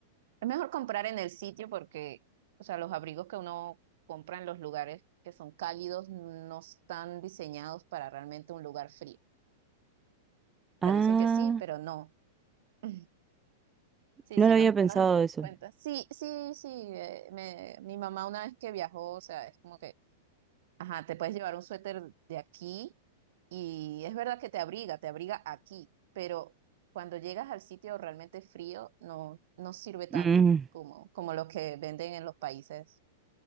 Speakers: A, on the right; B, on the right.
A: Es mejor comprar en el sitio porque, o sea, los abrigos que uno compra en los lugares que son cálidos no están diseñados para realmente un lugar frío. O sea,
B: Ah,
A: dicen que sí, pero no. <clears throat> <laughs> Sí,
B: no
A: sí,
B: lo había
A: nos, nos
B: pensado
A: hemos dado
B: eso.
A: cuenta. Sí, sí, sí. eh, me- mi mamá una vez que viajó, o sea, es como que, ajá, te puedes llevar un suéter de aquí y es verdad que te abriga, te abriga aquí, pero cuando llegas al sitio realmente frío, no, no sirve tanto
B: Mm,
A: como, como los que venden en los países